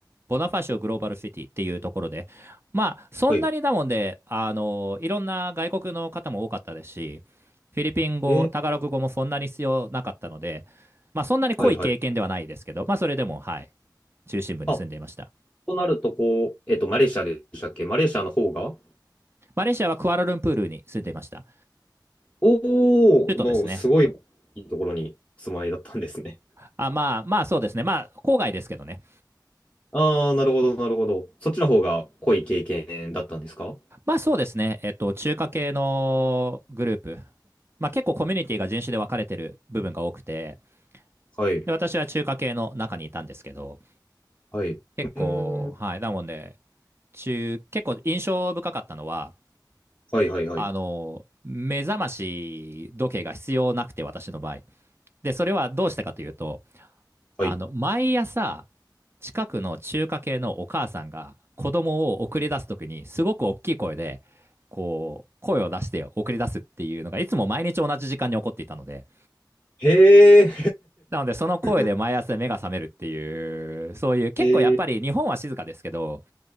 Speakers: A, on the right; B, on the left.
A: ボナファシオグローバルシティっていうところで、まあ、そんなにだもんで、
B: はいはい。
A: あの、いろんな外国の方も多かったですし、フィリピン語、
B: えー、
A: タガログ語もそんなに必要なかったので、まあ、そんなに濃い経験ではないですけど、
B: はいはい。
A: まあ、それでも、はい、中心部に住んでいました。
B: あ、となると、こう、えっと、マレーシアでしたっけマレーシアの方が、
A: マレーシアはクアラルンプールに住んでいました。
B: おー、
A: 首都ですね。
B: の、すごいいいところにお住まいだったんですね。
A: あ、まあ、まあ、そうですね。まあ、郊外ですけどね。
B: ああ、なるほど、なるほど。そっちの方が濃い経験だったんですか
A: まあそうですね。えっと、中華系のグループ。まあ結構コミュニティが人種で分かれてる部分が多くて、
B: はい、
A: で、私は中華系の中にいたんですけど、
B: はい。うーん、
A: 結構、はい。なので、中、結構印象深かったのは、
B: はい、はい、はい。
A: あの、目覚まし時計が必要なくて、私の場合。で、それはどうしたかというと、
B: はい。
A: あの、毎朝、近くの中華系のお母さんが子供を送り出すときに、すごく大きい声で、こう、声を出して送り出すっていうのが、いつも毎日同じ時間に起こっていたので、
B: へえ、
A: なので、その声で毎朝目が覚めるっていう、
B: <laughs>
A: そういう、結構やっぱり日本は静かですけど、
B: へえ、